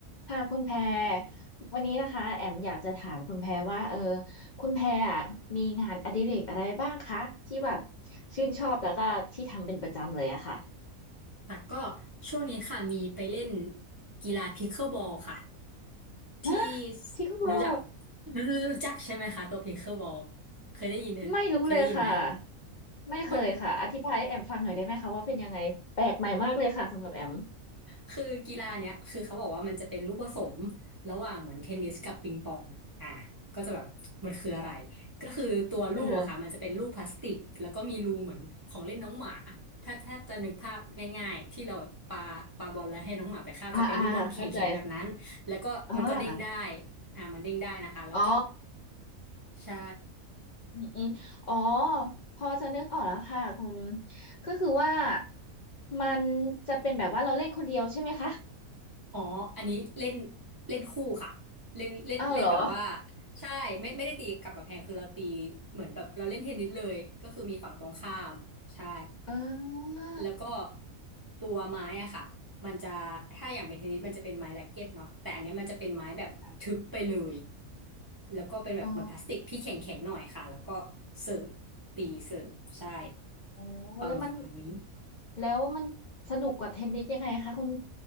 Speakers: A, on the left (about 60°); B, on the right (about 30°).
A: ค่ะคุณแพรวันนี้นะคะแอมอยากจะถามคุณแพรว่าเออคุณแพรอะมีงานอดิเรกอะไรบ้างคะที่แบบชื่นชอบแล้วก็ที่ทำเป็นประจำเลยอะค่ะ
B: ค่ะก็ช่วงนี้ค่ะมีไปเล่นกีฬาพิ c เกิลบอลค่ะที่
A: ฮะทริงเหรอ
B: รู้จักรู้รู้จักใช่ไหมคะตัวพิ c เกิลบอลเคยได้ยินเออเคยได้ยินไหม
A: ไม่รู้เลยค่ะไม่เคยค่ะอธิบายให้แอมฟังหน่อยได้ไหมคะว่าเป็นยังไงแปลกใหม่มากเลยค่ะสำหรับแอม
B: มัน คือกีฬาเนี้ยคือเขาบอกว่ามันจะเป็นลูกผสมระหว่างเหมือนเทนนิสกับปิงปองอ่าก็จะแบบมันคืออะไรก็คือตัวลูกอะค่ะมันจะเป็นลูกพลาสติกแล้วก็มีรูเหมือนของเล่นน้องหมา
A: เออ
B: ถ้าถ้าจะนึกภาพง่ายๆที่เราแบบปาปาบอลแล้วให้น้องหมาไปเข้าจะเป็นลูกบอลแข็งๆแบบนั้นแล้วก็มันก็เด้งได้
A: อ่าอ่าเข้าใจอ่า
B: อ่ามันเด้งได้นะคะแล้วก็
A: อ๋อ
B: ใช่
A: อืมอืมอ๋อพอจะนึกออกแล้วค่ะคุณก็คือว่ามันจะเป็นแบบว่าเราเล่นคนเดียวใช่ไหมคะ
B: อ๋ออันนี้เล่นเล่นคู่ค่ะเล่นเล่นเล่นแบบว่า
A: อ้าวเหรอ
B: ใช่ไม่ไม่ได้ตีกับกำแพงคือเราตีเหมือนแบบเราเล่นเทนนิสเลยก็คือมีฝั่งตรงข้ามใช่
A: อ่า
B: แล้วก็ตัวไม้อะค่ะมันจะถ้าอย่างเป็นเทนนิสมันจะเป็นไม้แร็กเก็ตเนาะแต่อันเนี้ยมันจะเป็นไม้แบบทึบไปเลย
A: ค่ะ
B: แล้วก็เป็นแบบเหมือนพลาสติกที่แข็งแข็งหน่อยค่ะแล้วก็
A: อ๋อ
B: เสิร์ฟตีเสิร์ฟใช่
A: โอ้แล้วมัน
B: ประมาณนี้
A: แล้วมันสนุกกว่าเทนนิสยังไงคะคุณ